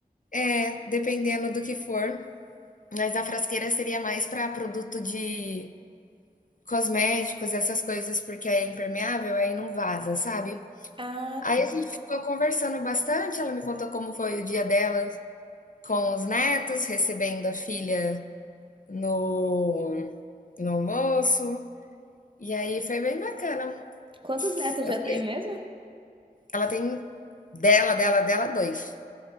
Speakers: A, on the left (about 55°); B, on the right (about 30°).
A: É, dependendo do que for. Mas a frasqueira seria mais para produto de cosméticos, essas coisas, porque é impermeável, aí não vaza, sabe?
B: Ah,
A: Aí
B: tá.
A: a gente ficou conversando bastante. Ela me contou como foi o dia dela com os netos, recebendo a filha no, no almoço. E aí foi bem bacana.
B: Quantos netos
A: Eu
B: já
A: falei,
B: tem mesmo?
A: ela tem dela, dela, dela, dois.